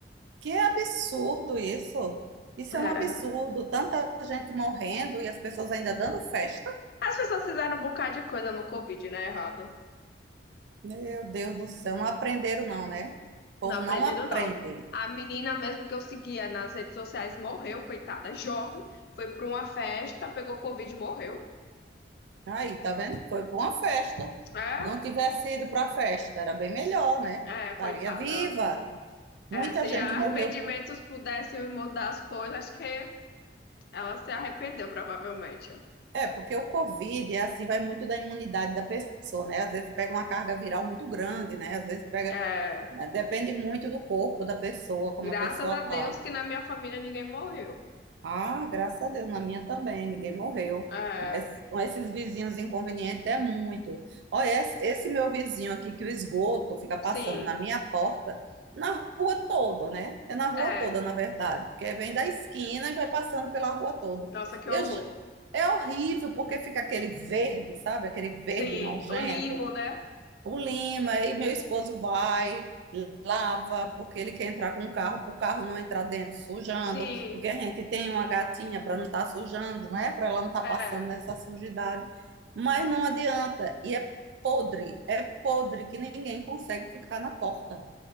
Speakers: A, on the right (about 75°); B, on the left (about 55°).
A: Que absurdo isso! Isso
B: É.
A: é um absurdo. Tanta gente morrendo e as pessoas ainda dando festa.
B: As pessoas fizeram um bocado de coisa no Covid, né? Errado.
A: Meu Deus do céu, não aprenderam não, né? O povo
B: Não aprenderam,
A: não aprende.
B: não. A menina mesmo que eu seguia nas redes sociais morreu, coitada. Jovem, foi pra uma festa, pegou Covid e morreu.
A: Aí, tá vendo? Foi para uma festa.
B: É,
A: Não tivesse ido para a festa, era bem melhor, né?
B: é,
A: Estaria
B: coitada.
A: viva.
B: É,
A: Muita
B: se
A: gente
B: arrependimentos
A: morreu por...
B: pudessem mudar as coisas, acho que ela se arrependeu, provavelmente.
A: É, porque o Covid é assim, vai muito da imunidade da pessoa, né? Às vezes pega uma carga viral muito grande, né? Às vezes pega...
B: É.
A: né? Depende muito do corpo da pessoa, como
B: Graças
A: a pessoa
B: a Deus
A: tá.
B: que na minha família ninguém morreu.
A: Ah, graças a Deus, na minha também, ninguém morreu.
B: É,
A: Mas com esses vizinhos inconvenientes é muito. Olha, esse, esse meu vizinho aqui que o esgoto fica passando
B: sim,
A: na minha porta, na rua toda, né? É na rua
B: é.
A: toda, na verdade, porque vem da esquina e vai passando pela rua toda.
B: Nossa, que
A: Eu,
B: horror.
A: j- é horrível porque fica aquele verde, sabe? Aquele verde
B: Sim,
A: nojento
B: o limo, né?
A: o Lima, aí meu esposo vai, lava, porque ele quer entrar com o carro, para o carro não entrar dentro sujando,
B: Sim,
A: porque a gente tem uma gatinha para não estar sujando, né? Para ela não estar
B: é.
A: passando nessa sujidade. Mas não adianta, e é podre, é podre que ninguém consegue ficar na porta.